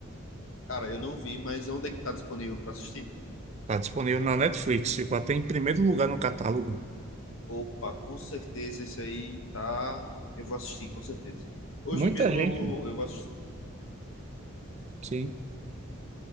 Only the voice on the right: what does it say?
Está disponível na Netflix, ficou até em primeiro lugar no catálogo.
Muita
gente,
sim,